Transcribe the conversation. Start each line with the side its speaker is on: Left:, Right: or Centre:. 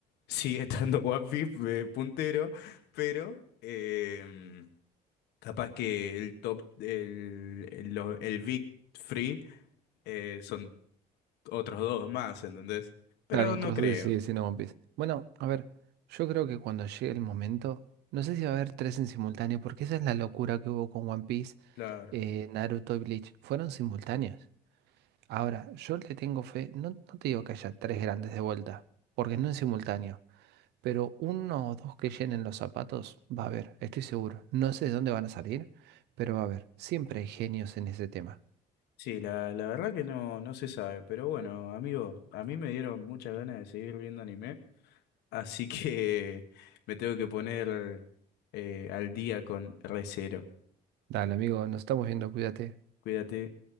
Left: sigue estando <laughs> One Piece eh, puntero, pero em, capaz que el top, el, el, lo- el Big Free eh, son otros dos más, ¿entendés? Pero
Right: Claro, otros
Left: no creo,
Right: dos sí, sí, no One Piece. Bueno, a ver, yo creo que cuando llegue el momento, no sé si va a haber tres en simultáneo, porque esa es la locura que hubo con One Piece,
Left: claro.
Right: eh, Naruto y Bleach. Fueron simultáneos. Ahora, yo le tengo fe, no, no te digo que haya tres grandes de vuelta, porque no en simultáneo. pero uno o dos que llenen los zapatos va a haber, estoy seguro. No sé de dónde van a salir, pero va a haber. Siempre hay genios en ese tema.
Left: Sí, la, la verdad que no, no se sabe, pero bueno, amigo, a mí me dieron muchas ganas de seguir viendo anime, así que <laughs> me tengo que poner eh, al día con Re:Zero.
Right: Dale, amigo, nos estamos viendo, cuídate.
Left: Cuídate.